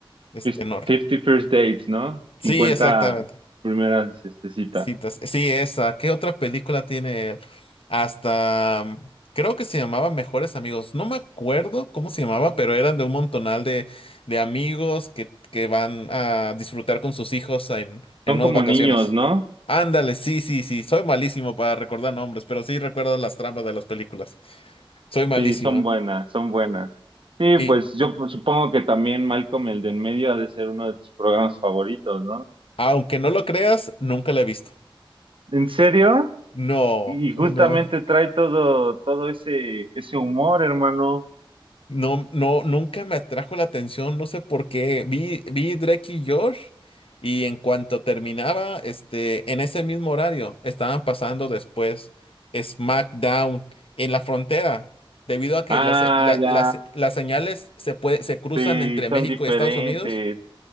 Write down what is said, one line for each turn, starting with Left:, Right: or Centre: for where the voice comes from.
Left: Este,
Right: Fif-
Left: no. re-
Right: fifty First Dates, ¿no?
Left: Sí,
Right: Cincuenta
Left: exactamente.
Right: primeras este, citas.
Left: Citas. Sí, esa. ¿Qué otra película tiene él? Hasta, mm, creo que se llamaba Mejores Amigos. No me acuerdo cómo se llamaba, pero eran de un montonal de, de amigos que, que van a disfrutar con sus hijos en, en
Right: Son
Left: unas
Right: como
Left: vacaciones.
Right: niños, ¿no?
Left: Ándale, sí, sí, sí. Soy malísimo para recordar nombres, pero sí recuerdo las tramas de las películas. Soy malísimo.
Right: Sí, son buenas, son buenas. Sí,
Left: Y
Right: pues yo pues, supongo que también Malcolm el de en medio ha de ser uno de tus programas favoritos, ¿no?
Left: aunque no lo creas, nunca la he visto.
Right: ¿En serio?
Left: No,
Right: Y justamente
Left: no,
Right: trae todo, todo ese, ese humor, hermano.
Left: no, no, nunca me atrajo la atención, no sé por qué. Vi, vi Drake y Josh y en cuanto terminaba, este, en ese mismo horario, estaban pasando después SmackDown en la frontera, debido a que
Right: Ah,
Left: las, se- la-
Right: ya,
Left: las, las señales se puede, se cruzan
Right: sí,
Left: entre México
Right: son diferentes.
Left: y Estados Unidos.